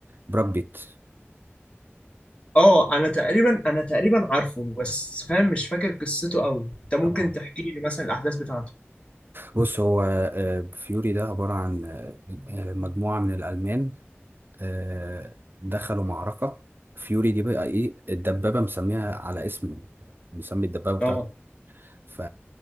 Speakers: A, on the right; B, on the left.
A: براد بيت
B: اه انا تقريبا انا تقريبا عارفه بس فاهم مش فاكر قصته قوي انت ممكن
A: اه
B: تحكي لي مثلا الاحداث بتاعته
A: بص هو آه، فيوري ده عبارة عن آه، آه، مجموعة من الألمان آه، دخلوا معركة فيوري دي بقى إيه الدبابة مسميها على اسم مسمي الدبابة
B: اه
A: بتاعته ف...